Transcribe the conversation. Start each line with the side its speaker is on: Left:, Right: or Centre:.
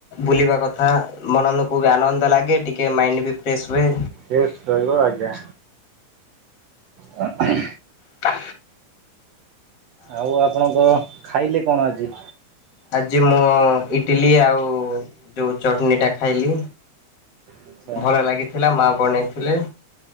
Left: ବୁଲିବା କଥା ମନନକୁ ବି ଆନନ୍ଦ ଲାଗେ ଟିକେ ମାଇଣ୍ଡ ବି ଫ୍ରେଶ ହୁଏ।
Right: ରେଷ୍ଟ ରହିବ ଆଜ୍ଞା। ହ
Left: ତ
Right: ଆଉ ଆପଣଙ୍କ ଖାଇଲେ କଣ ଆଜି?
Left: ଆଜି ମୁଁ ଇଟିଲି ଆଉ ଯୋଉ ଚଟଣି ଟା ଖାଇଲି
Right: ଆଚ୍ଛା ଆଚ୍ଛା
Left: ଭଲ ଲାଗିଥିଲା ମା ବନେଇଥିଲେ।